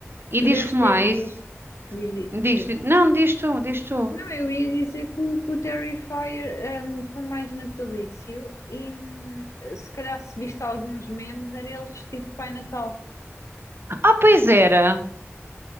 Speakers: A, on the right; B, on the left.
A: E
B: Tu
A: diz-me
B: deves ter
A: lá isso.
B: visto. Diz isto,
A: Diz,
B: desculpa.
A: di- não, diz tu, diz tu.
B: Não, eu ia dizer que o, que o Terrifier hum, foi mais natalício e hum, se calhar se viste alguns memes era ele vestido de Pai Natal.
A: Ah, pois
B: Não.
A: era.